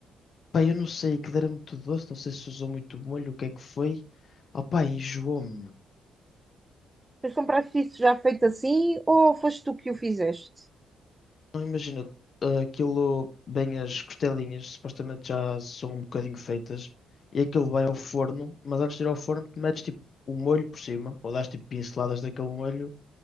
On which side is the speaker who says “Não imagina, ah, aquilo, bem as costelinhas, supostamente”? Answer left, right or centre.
Left